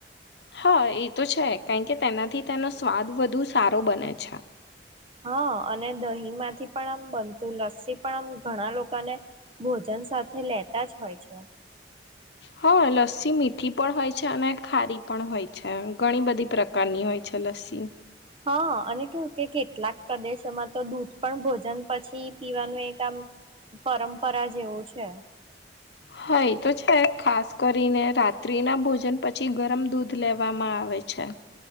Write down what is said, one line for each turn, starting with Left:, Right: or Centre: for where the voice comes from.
Left: હા એ તો છે કારણ કે તેનાથી તેનો સ્વાદ વધુ સારો બને છે
Right: હા અને દહીં માંથી પણ આમ બનતું લસ્સી પણ આમ ઘણા લોકોને ભોજન સાથે લેતા જ હોય છે
Left: હા લસ્સી મીઠી પણ હોય છે અને ખારી પણ હોય છે ઘણી બધી પ્રકારની હોય છે લસ્સી અસી
Right: હા અને કવું કે કેટલાક પ્રદેશોમાં તો દૂધ પણ ભોજન પછી પીવાનું એક આમ પરંપરા જેવું છે
Left: હા એ તો છે ખાસ કરીને રાત્રિ ના ભોજન પછી ગરમ દૂધ લેવામાં આવે આવય છે